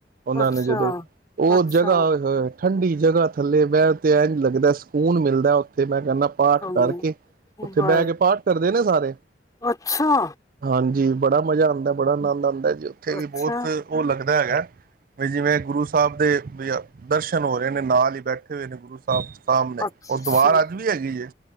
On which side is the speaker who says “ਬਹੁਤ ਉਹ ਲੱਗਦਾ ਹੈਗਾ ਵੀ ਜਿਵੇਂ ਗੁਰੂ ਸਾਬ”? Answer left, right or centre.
Right